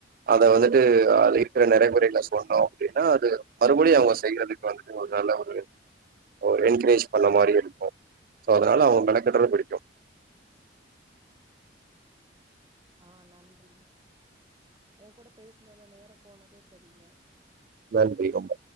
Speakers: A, on the right; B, on the right.
A: அத வந்துட்டு இருக்குற நரைகுறையெல்லாம் சொன்னோம் அப்படின்னா அது மறுபடிம் அவங்க செய்யறதுக்கு வந்து ஒரு என்கரேஜ் பண்ண மாரி இருக்கும் சோ அதனால அவங்க மெனக்கட்டுறது பிடிக்கும்
B: ஆஹ் நன்றி உங் கூட பேசினதுல நேரம் போனதே தெரில
A: நன்றி ரொம்ப